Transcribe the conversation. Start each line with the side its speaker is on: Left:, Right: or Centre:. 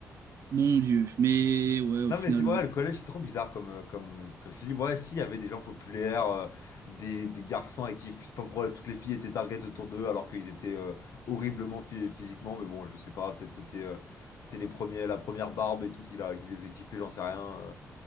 Right: mon Dieu. Mais ouais, au
Left: Non
Right: final
Left: mais c'est vrai,
Right: euh,
Left: le collège c'est trop bizarre comme, euh, comme, comme je te dis, ouais si, il y avait des gens populaires, euh, des, des garçons avec qui, je sais pas pourquoi, toutes les filles étaient target autour d'eux alors qu'ils étaient euh, horriblement phy- physiquement, mais bon je sais pas, peut-être c'était euh, c'était les premiers, la première barbe et tout qui, l'a- qui les faisait kiffer, j'en sais rien. euh